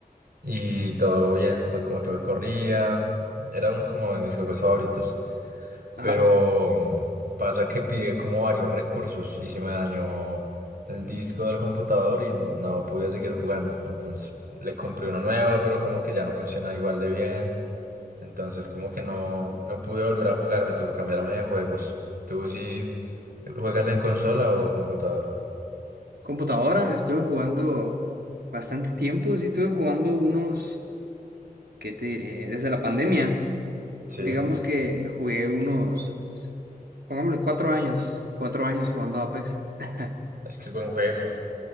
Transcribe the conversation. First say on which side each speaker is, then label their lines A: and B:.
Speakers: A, on the right; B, on the right.
A: y todo bien, todo como que me corría. Era uno como de mis juegos favoritos,
B: ajá.
A: pero mm, pasa que pide como varios recursos y se me dañó el disco del computador y no pude seguir jugando. Entonces le compré uno nuevo, pero como que ya no funciona igual de bien. Entonces, como que no, no pude volver a jugar, me tocó cambiarme de juegos. ¿Tú sí juegas en consola o computador?
B: Computadora, estuve jugando bastante tiempo, sí estuve jugando unos, ¿qué te diré? Desde la pandemia,
A: Sí,
B: digamos que jugué unos, pongámosle cuatro años, cuatro años jugando Apex. <laughs>
A: es que es buen juego.